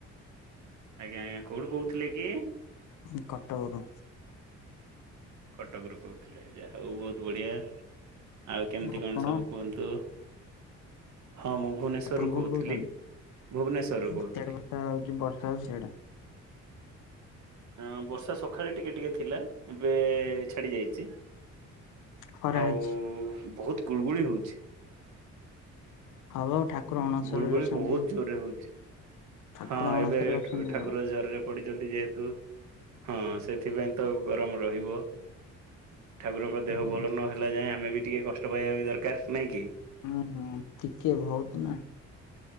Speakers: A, on the right (about 70°); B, on the left (about 80°).
A: ଆଜ୍ଞା ଆଜ୍ଞା କଉଠୁ କହୁଥିଲେ କି?
B: ଉଁ କଟକ ରୁ।
A: କଟକରୁୁ କହୁଥିଲେ ଯାହା ହଉ ବହୁତ ବଢିଆ। ଆଉ କେମିତି
B: ଆପଣ
A: କଣ ସବୁ କୁହନ୍ତୁ? ହଁ ମୁଁ ଭୁବନେଶ୍ଵରରୁୁ
B: ଆପଣ କୋଉଠୁ
A: କହୁଥିଲି
B: କହୁଛନ୍ତି?
A: ଭୁବନେଶ୍ୱରୁୁ କହୁଥିଲି।
B: ସିଆଡେ ବର୍ଷା ହଉଛି ବର୍ଷା ସିଆଡ଼େ।
A: ହଁ ବର୍ଷା ସକାଳେ ଟିକେ ଟିକେ ଥିଲା ଏବେ ଛାଡି ଯାଇଛି।
B: ଖରା
A: ଆଉ
B: ହେଇଛି।
A: ବହୁତ ଗୁଳୁଗୁଳି ହଉଛି।
B: ହ ବା ଆଉ ଠାକୁର ଅଣସରରେ
A: ଗୁଳୁଗୁଳି
B: ଅଛନ୍ତି
A: ବହୁତ ଜୋରରେ ହଉଛି
B: ଠାକୁର
A: ହଁ
B: ଅଣସରରେ
A: ଏବେ
B: ଅଛନ୍ତି
A: ଠ-ଠାକୁର
B: ଆଉ।
A: ଜରରେ ପଡିଛନ୍ତି ଯେହେତୁ ହଁ ସେଥିପାଇଁ ତ ଗରମ ରହିବ। ଠାକୁରଙ୍କ
B: ହୁଁ
A: ଦେହ ଭଲ ନହେଲା ଯାଏଁ ଆମେ ବି ଟିକେ କଷ୍ଟ ପାଇବା ବି ଦରକାର ନାହିଁ କି?
B: ହୁଁ ହୁଁ ଟିକେ ବହୁତ ନା।